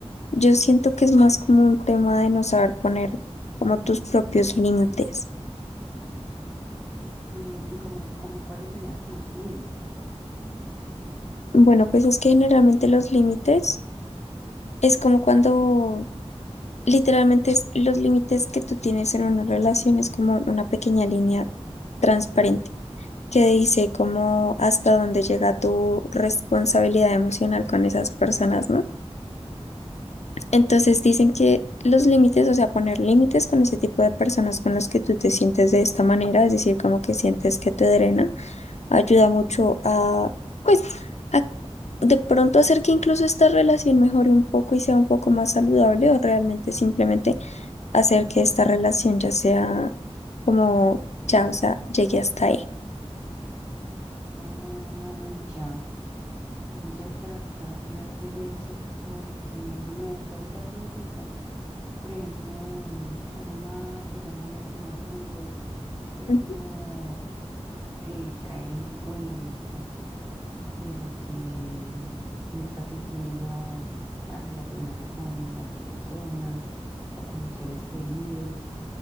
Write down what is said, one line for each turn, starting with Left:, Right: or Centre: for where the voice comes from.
Left: Yo siento que es más como un tema de no saber poner como tus propios límites.
Right: Mm, y como, como cuáles serían como esos límites.
Left: Bueno, pues es que generalmente los límites es como cuando literalmente es- los límites que tú tienes en una relación es como una pequeña línea transparente que dice como hasta dónde llega tu responsabilidad emocional con esas personas, ¿no? Entonces dicen que los límites, o sea, poner límites con ese tipo de personas con los que tú te sientes de esta manera, es decir, como que sientes que te drenan ayuda mucho a, pues, a de pronto hacer que incluso esta relación mejore un poco y sea un poco más saludable o realmente simplemente hacer que esta relación ya sea como, ya, o sea, llegue hasta ahí.
Right: Ah, ya, voy a tratar de hacer eso porque no, o sea, yo trato de utilizar, por ejemplo, mm, hay una que llaman el semáforo en rojo, que es
Left: Ujú,
Right: como eh, caer en cuenta de lo que uno está sintiendo al relacionarse con las personas o con los seres queridos,